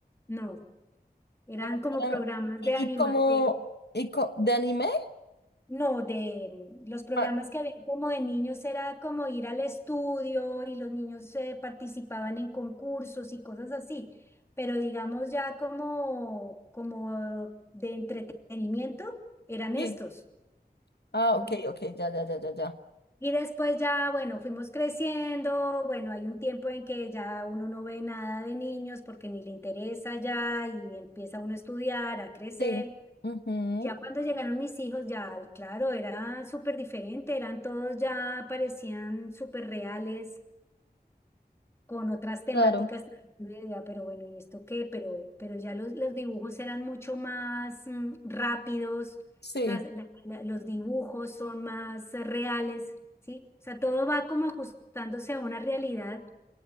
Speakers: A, on the left; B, on the left.
A: no, eran
B: Todas
A: como
B: eran-
A: programas
B: ¿Y,
A: de anima,
B: y como y co- de anime?
A: No, de mm, los programas
B: Ah,
A: que había como de niños era como ir al estudio y los niños eh, participaban en concursos y cosas así, pero digamos ya como, como de entretenimiento eran
B: sí.
A: estos.
B: Ah,
A: ¿m?
B: ok, ok, ya, ya, ya, ya, ya.
A: Y después ya, bueno, fuimos creciendo, bueno, hay un tiempo en que ya uno no ve nada de niños porque ni le interesa ya y empieza uno a estudiar, a crecer.
B: Sí. ujú,
A: Ya cuando llegaron mis hijos, ya, claro, era súper diferente, eran todos ya parecían súper reales, con otras temáticas,
B: Claro.
A: yo decía, pero bueno, ¿y esto qué? Pero, pero ya los, los dibujos eran mucho más mm, rápidos,
B: Sí.
A: las, la- la- los dibujos son más eh, reales, ¿sí? O sea, todo va como ajustándose a una realidad,